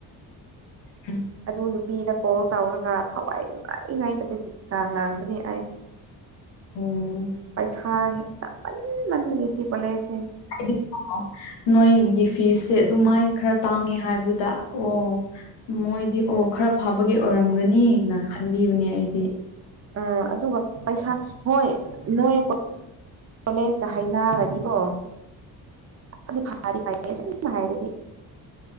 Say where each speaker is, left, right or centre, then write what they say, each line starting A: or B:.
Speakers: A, on the left; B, on the right.
A: <inaudible>
B: ꯑꯗꯨ ꯅꯨꯄꯤꯗ ꯀꯣꯜ ꯇꯧꯔꯒ ꯊꯋꯥꯏ ꯅꯨꯡꯉꯥꯏ ꯉꯥꯏꯇꯕꯒꯤ ꯆꯥꯡ ꯂꯥꯡꯕꯅꯤ ꯑꯩ
A: ꯑꯣ
B: ꯄꯩꯁꯥ ꯆꯥꯃꯟꯃꯟꯕꯒꯤ ꯁꯤ ꯀ‌ꯣꯂꯦꯁ‌ꯦ
A: <inaudible> ꯅꯣꯏꯒꯤ ꯐꯤꯁꯦ ꯑꯗꯨꯃꯥꯏꯅ ꯈꯔ ꯇꯥꯡꯉꯦ ꯍꯥꯏꯕꯗ ꯑꯣ ꯃꯣꯏꯗꯤ ꯑꯣ ꯈꯔ ꯐꯥꯕꯒꯤ ꯑꯣꯏꯔꯝꯒꯅꯤꯅ ꯈꯟꯕꯤꯕꯅꯦ ꯑꯩꯗꯤ ꯫
B: ꯑꯥ ꯑꯗꯨꯒ ꯄꯩꯁꯥ ꯍꯣꯏ ꯅꯣꯏ ꯀꯣ ꯀꯣꯂꯦꯖꯀ ꯍ‌ꯏꯅꯥꯔꯗꯤꯀꯣ ꯄꯨꯥꯗꯤ ꯐꯗꯤ ꯐꯩ <unintelligible> ꯍꯥꯏꯔꯗꯤ